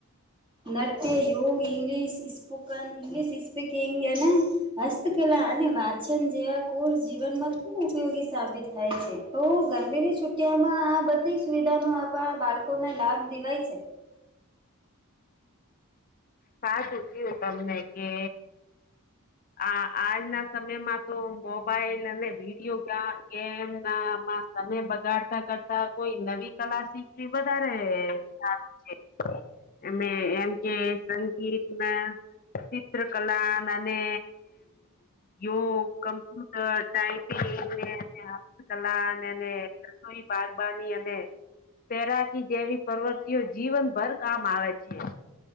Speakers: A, on the right; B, on the left.
A: નૃત્ય યોગ ઇંગલિશ સ્પોકન ઈંગ્લિશ સ્પીકીગ એના હસ્તકલા અને વાચન જેવા કોર્ષ જીવનમાં ખુબ ઉપયોગી સાબિત થાય છે તો ગરમીની છુટિયામાં આ બધી સુવિધાનો આપવા બાળકોને લાભ દેવાય છે
B: ક સુૂકી તમને કે આજના સમયમાં તો મોબાઈલ અને વિડીયો ગેમ ના તમે બગાડતા કરતા કોઈ નવી કલા શીખવી વધારે સારું છે અમે એમ કે સંગીતમાં ચિત્રકલા અને અને યોગ કમ્પ્યુટર ટાઈપિંગ ને હસ્તકલા ને રી બાગબની અને તૈરાકી જેવી પ્રવૃત્તિઓ જીવન ભર કામ આવે છે